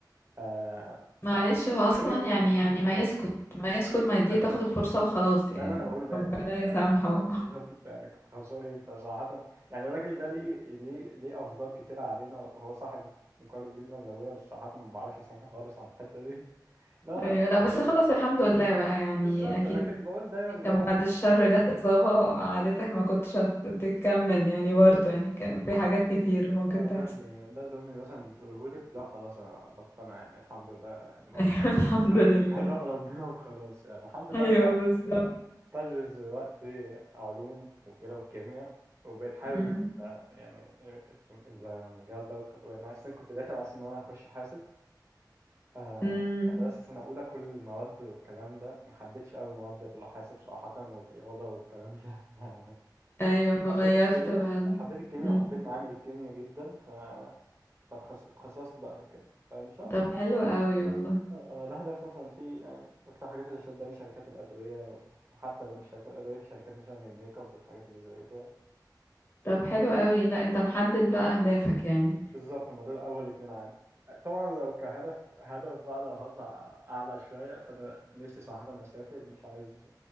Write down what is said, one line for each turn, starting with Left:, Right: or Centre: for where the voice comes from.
Right: آه
Left: معلش هو اصلا
Right: فكان يوم
Left: يعني
Right: وحش
Left: يعني ما يسكت ما يسكت ما يديه
Right: ده اللي
Left: تاخد
Right: انا بقوله
Left: الفرصة وخلاص يعني
Right: ده اللي انا بقوله دايما
Left: ربنا
Right: يعني
Left: يسامحه
Right: بالظبط انت يعني كنت خسران ايه فصراحة يعني الراجل ده ليه ليه ليه افضال كتير علينا وهو صاحب مقرب جدا لابويا بس صراحة ما بعرفش اسامحه خالص على الحتة دي <laughs> لا
Left: <laughs>
Right: انا
Left: ايوه لا بس
Right: بالنسبة
Left: خلاص
Right: لي-
Left: الحمد لله بقى يعني
Right: بالظبط
Left: اكيد
Right: انا كنت بقول دايما اللي
Left: كان
Right: هو
Left: بعد الشر جت اصابة عادتك ما كنتش هت- تكمل يعني برضه
Right: ال-
Left: يعني كان
Right: ال-
Left: في حاجات كتير ممكن
Right: اه
Left: تحصل
Right: ده اللي ده اللي امي مثلا بتقوله لي لا خلاص انا بقتنع يعني الحمد لله يعني برضه
Left: <laughs> ايوه الحمد
Right: <laughs>
Left: لله
Right: قضاء ربنا وخلاص يعني الحمد لله
Left: ايوه
Right: دخلت
Left: بالظبط
Right: بدرس دلوقتي علوم وكده وكيمياء وبقيت حابب
Left: أمم،
Right: ال- يعني ال- المجال ده وخ- وانا اصلا كنت داخل عشان انا اخش حاسب آه،
Left: أمم.
Right: فدرست سنة أولى كل المواد والكلام ده ما حبيتش أوي مواد الحاسب صراحة والرياضة والكلام ده <laughs>
Left: ايوه فغيرت
Right: حبيت الكيمياء
Left: بقى ال-
Right: حبيت الكيمياء
Left: أمم.
Right: وحبيت معامل الكيمياء جدا ف فتخصصت بقى في الكيمياء فإن شاء الله
Left: طب حلو قوي والله
Right: آه، آه، ده هدف مثلا في يعني أكتر حاجات اللي شداني شركات الأدوية وحتى لو مش شركات أدوية في شركات مثلا الميك اب والحاجات اللي زي كده
Left: طب حلو قوي لا انت محدد بقى اهدافك يعني
Right: بالظبط هما دول أول اتنين عندي آه، طبعا لو كهدف هدف بقى لو هطلع أعلى شوية فأنا نفسي صراحة أسافر مش عايز